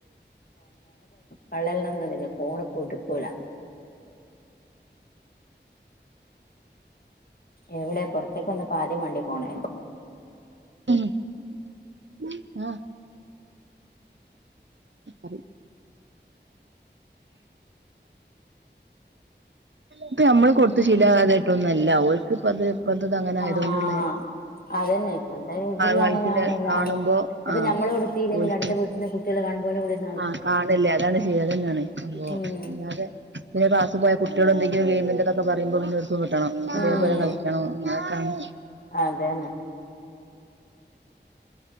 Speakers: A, on the left (about 55°); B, on the right (about 80°).
A: പള്ളലെന്നെക്കെ ഫോണ് കൊടുക്കൂല. എവിടെയാ പുറത്തേക്ക് വന്നേപ്പ ആദ്യം വണ്ടി പോണേ.
B: ഹും ന്നാ ആയി. ഇത് നമ്മള് കൊടുത്ത് ശീലമാകാതൊയിട്ട് ഒന്നുല്ല ഓൽക്ക്പ്പ അത്. പ്പത്ത് അങ്ങനെ
A: ആഹ്
B: ആയതുകൊണ്ടുള്ളേ.
A: അതന്നെ ഇപ്പളത്തെ ഇതിൽ
B: കളിക്കുന്ന
A: അങ്ങനെയാണ് എല്ലാരും
B: കാണുമ്പോ
A: ഇപ്പൊ
B: ആഹ്
A: ഞമ്മള് കൊടുത്തില്ലെങ്കിൽ
B: ഓൽക്കും
A: അടുത്ത വീട്ടന്ന് കുട്ടി ട്ടികള് കാണുമ്പോലെ വരുടെ കൂടെ
B: ആഹ് കാണില്ലേ അതാണ് ചെയ്യത് അതന്നെയാണ് സംഭവം
A: ഉം
B: അല്ലാതെ. പിന്നെ ക്ലാസ് പോയ കുട്ടികള് എന്തെക്കെയോല ഗെയ്മിന്റതൊക്കെ പറയുമ്പോൾ പിന്നെഓല്. കിട്ടണം അതേപോലെ
A: ഉം
B: കളിക്കണം അങ്ങനെക്കാണ്.
A: അതന്നെ